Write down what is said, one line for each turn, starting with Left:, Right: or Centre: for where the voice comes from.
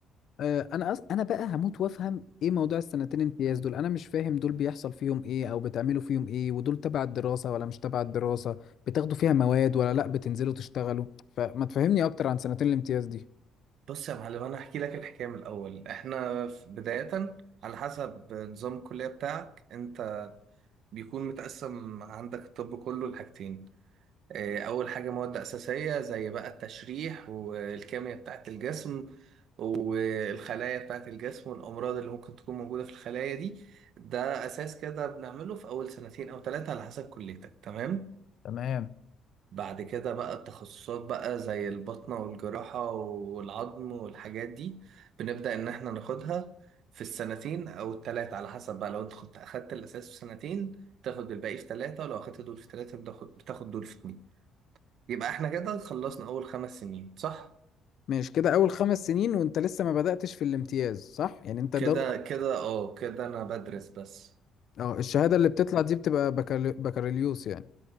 Left: آه، انا أص... انا بقى هموت وافهم ايه موضوع السنتين امتياز دول انا مش فاهم دول بيحصل فيهم ايه او بتعملوا فيهم ايه ودول تبع الدراسة ولا مش تبع الدراسة بتاخدوا فيها مواد ولا لا بتنزلوا تشتغلوا فما تفهمني اكتر عن سنتين الامتياز دي
Right: بص يا معلم انا هحكي لك الحكايه من الاول احنا في- بدايه على حسب نظام الكليه بتاعك انت بيكون متقسم عندك الطب كله لحاجتين آه، اول حاجه مواد اساسيه زي بقى التشريح والكيمياء بتاعت الجسم والخلايا بتاعت الجسم والامراض اللي ممكن تكون موجوده في الخلايا دي ده اساس كده بنعمله في اول سنتين او ثلاثه على حسب كليتك تمام
Left: تمام
Right: بعد كده بقى التخصصات بقى زي البطنة والجراحة والعظم والحاجات دي بنبدأ إن إحنا ناخدها في السنتين أو التلاتة على حسب بقى لو أنت كنت أخدت الأساس في سنتين تاخد الباقي في تلاتة ولو أخدت دول في تلاتة بتاخد بتاخد دول في اتنين يبقى إحنا كده خلصنا أول خمس سنين صح؟
Left: ماشي كده اول خمس سنين وانت لسه ما بدأتش في الامتياز صح يعني انت
Right: كده
Left: دول
Right: كده أه كده أنا بدرس بس
Left: اه الشهادة اللي بتطلع دي بتبقى بكالي... بكالوريوس يعني